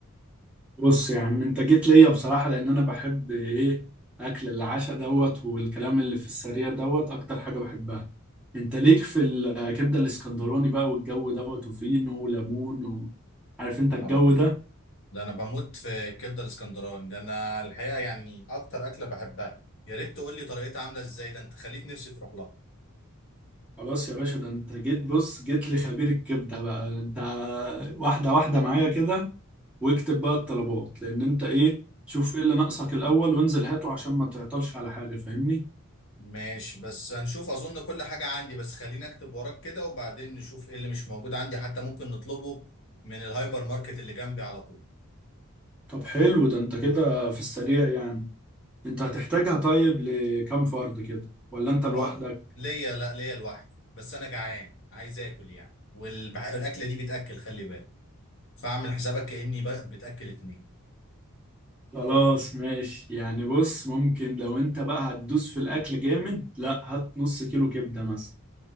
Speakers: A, in the centre; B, on the left.
A: بص يا عم انت جيت ليا بصراحة لان انا بحب ايه اكل العشاء دوت والكلام اللي في السريع دوت اكتر حاجة بحبها انت ليك في الكبدة الاسكندراني بقى والجو دوت وفينو وليمون و... عارف انت
B: يا
A: الجو
B: نهار ابيض
A: ده
B: ده انا بموت في الكبده الاسكندراني ده انا الحقيقه يعني اكتر اكله بحبها يا ريت تقول لي طريقتها عامله ازاي ده انت خليت نفسي تروح لها
A: خلاص يا باشا ده انت جيت بص جيت لخبير الكبدة بقى انت واحدة واحدة معايا كده واكتب بقى الطلبات لان انت ايه شوف ايه اللي ناقصك الاول وانزل هاته عشان ما تعطلش على حاجة فاهمني
B: ماشي بس هنشوف اظن كل حاجه عندي بس خليني اكتب وراك كده وبعدين نشوف ايه اللي مش موجود عندي حتى ممكن نطلبه من الهايبر ماركت اللي جنبي على طول
A: طب حلو ده انت كده في السريع يعني انت هتحتاجها طيب لكم فرد كده ولا انت لوحدك
B: هو ليا لا ليا لوحدي بس انا جعان عايز اكل يعني والبع- والاكله دي بتاكل خلي بالك فاعمل حسابك كاني ب- بتاكل اتنين
A: خلاص ماشي يعني بص ممكن لو انت بقى هتدوس في الاكل جامد لا هات نص كيلو كبدة مثلا